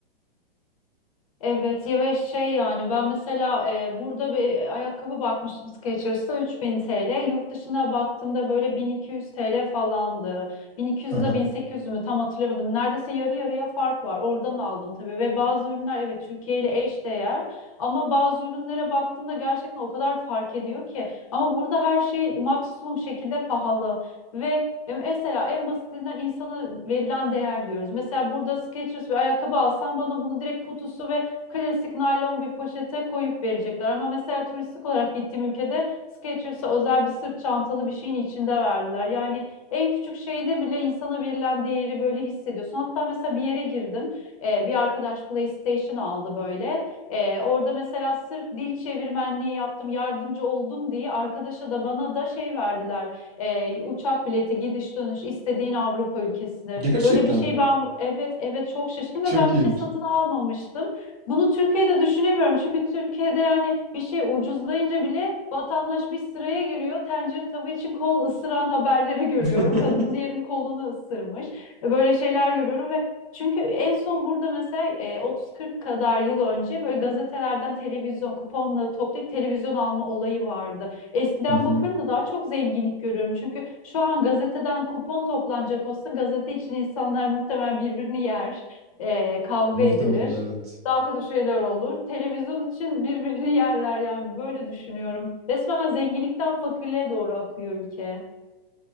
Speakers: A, on the left; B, on the right.
A: Evet ya ve şey yani ben mesela e, burada bir ayakkabı bakmıştım Skechers'ta 3000 TL. Yurt dışına baktığımda böyle 1200 TL falandı. 1200
B: <laughs>
A: ya da 1800 mü tam hatırlamadım. Neredeyse yarı yarıya fark var. Oradan aldım tabii ve bazı ürünler evet Türkiye ile eş değer ama bazı ürünlere baktığımda gerçekten o kadar fark ediyor ki. Ama burada her şey maksimum şekilde pahalı ve e, Mesela en basitinden insana verilen değer diyoruz. Mesela burada Skechers bir ayakkabı alsam bana bunu direkt kutusu ve klasik naylon bir poşete koyup verecekler. Ama mesela turistik olarak gittiğim ülkede Skechers'a özel bir sırt çantalı bir şeyin içinde verdiler. Yani en küçük şeyde bile insana verilen değeri böyle hissediyorsun. Hatta mesela bir yere girdim. Ee, bir arkadaş PlayStation aldı böyle. Ee, orada mesela sırf dil çevirmenliği yaptım, yardımcı oldum diye arkadaşa da bana da şey verdiler. Ee, uçak bileti, gidiş dönüş istediğin Avrupa ülkesine.
B: Gerçekten
A: Böyle bir şey
B: mi?
A: ben evet evet çok şaşırdım
B: Çok
A: ve ben
B: iyiymiş.
A: bir şey satın almamıştım. Bunu Türkiye'de düşünemiyorum çünkü Türkiye'de yani bir şey ucuzlayınca bile vatandaş bir sıraya giriyor. Tencere tava için kol ısıran haberleri görüyorum.
B: <laughs>
A: Kadın diğerinin kolunu ısırmış. E, Böyle şeyler görüyorum ve çünkü en son burada mesela e, 30-40 kadar yıl önce böyle gazetelerden televizyon kuponla toplayıp televizyon alma olayı vardı. Eskiden
B: Hı hı.
A: bakıyorum da daha çok zenginlik görüyorum. Çünkü şu an gazeteden kupon toplanacak olsa gazete için insanlar muhtemelen birbirini yer, e, kavga
B: Muhtemelen
A: edilir
B: evet.
A: daha kötü şeyler olur. Televizyon için birbirini <laughs> yerler yani böyle düşünüyorum. Resmen zenginlikten fakirliğe doğru akıyor ülke.